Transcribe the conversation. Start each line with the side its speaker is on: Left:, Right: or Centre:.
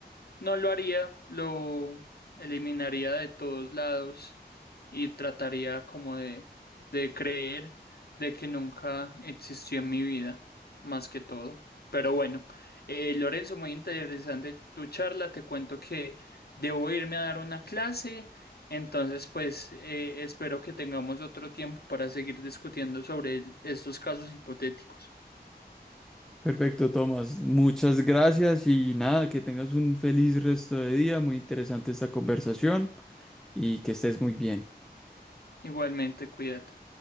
Left: No lo haría, lo eliminaría de todos lados y trataría como de, de creer de que nunca existió en mi vida, más que todo. Pero bueno, eh, Lorenzo, muy interesante tu charla. Te cuento que debo irme a dar una clase, entonces pues eh, espero que tengamos otro tiempo para seguir discutiendo sobre el- estos casos hipotéticos.
Centre: Perfecto, Tomás. Muchas gracias y nada, que tengas un feliz resto de día. Muy interesante esta conversación y que estés muy bien.
Left: Igualmente, cuídate.